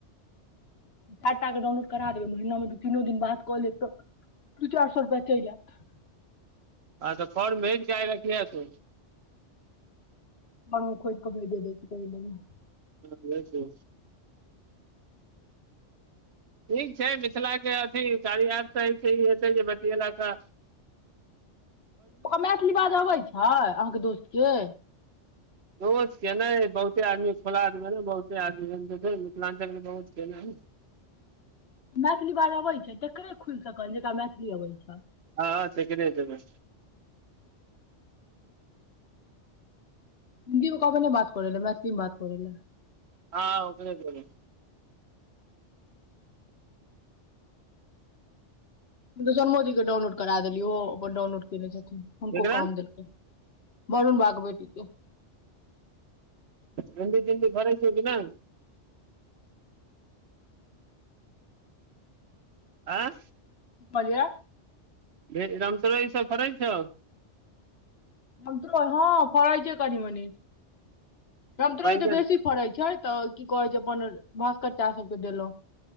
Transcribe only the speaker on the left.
डाटाके डाउनलोड करा देबै महीनामे दू तीनो दिन बाद कऽ लेब तऽ दू चारि सए रुपैआ चलि आयत।
बनखो एक क भी दे द। ब।
मैथिली बाज अबैत छै अहाँके दोस्तके।
मैथिली बाज अबै छै तकरे खुलि सकल जेकरा मैथिली अबै छै।
हिन्दी मे कबै नहि बात करै ले मैथिलीमे बात करै लए।
सन मोदी के डाउलोड करा देलियै ओ अपन डाउनलोड केने छथि। हको
काम दिलक। बनन बागबैटै त।
बलिआ
हम तो हँ पड़इ छै कनिी मनी। गम तरो
तऽ बेसी फड़ैत छै। तऽ की कहै छै अपन भास्कर चा सबके देलहुँं।